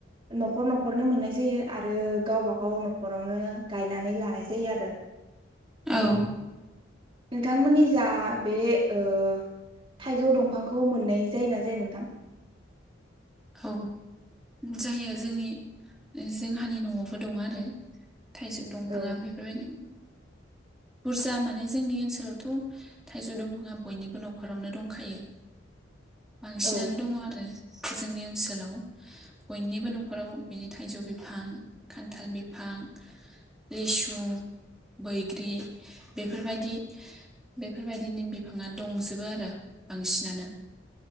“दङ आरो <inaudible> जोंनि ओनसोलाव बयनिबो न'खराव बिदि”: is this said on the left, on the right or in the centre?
Centre